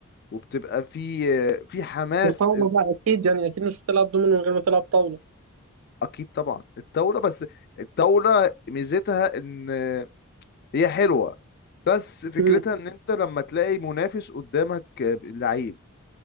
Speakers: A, on the left (about 45°); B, on the right (about 70°).
A: وبتبقى في في حماس
B: الطاوله
A: إن-
B: بقى اكيد يعني اكيد مش بتلعب دومينو من غير ما تلعب طاوله
A: أكيد طبعا الطاولة بس الطاولة ميزتها إن هي حلوة بس فكرتها
B: مم.
A: إن أنت لما تلاقي منافس قدامك لعيب